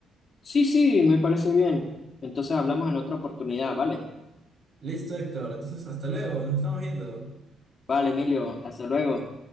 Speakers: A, on the left; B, on the right.
A: Sí, sí, me parece bien. Entonces hablamos en otra oportunidad, ¿vale?
B: Listo, Héctor, entonces hasta luego, nos estamos viendo.
A: Vale, Emilio, hasta luego.